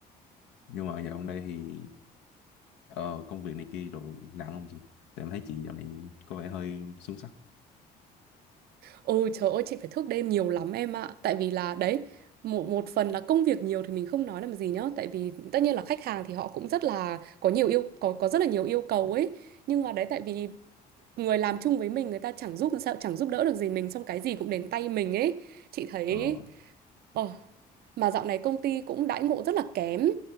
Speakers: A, on the left; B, on the right.
A: Nhưng mà dạo gần đây thì ờ, công việc này kia đồ nặng không chị? Tại em thấy chị dạo này có vẻ hơi xuống sắc.
B: Ôi trời ơi chị phải thức đêm nhiều lắm em ạ Tại vì là đấy một, một phần là công việc nhiều thì mình không nói làm gì nhá Tại vì tất nhiên là khách hàng thì họ cũng rất là Có nhiều yêu có có rất là nhiều yêu cầu ấy Nhưng mà đấy tại vì người làm chung với mình Người ta chẳng giúp sao chẳng giúp đỡ được gì mình Xong cái gì cũng đến tay mình ấy Chị thấy
A: Ờ.
B: ờ. Mà dạo này công ty cũng đãi ngộ rất là kém.